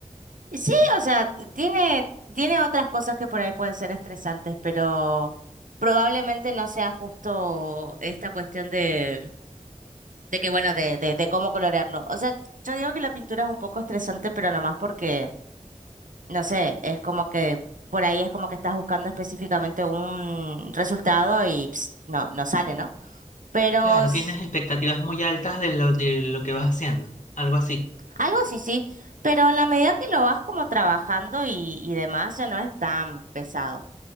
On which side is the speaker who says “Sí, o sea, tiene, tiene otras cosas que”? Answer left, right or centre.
Right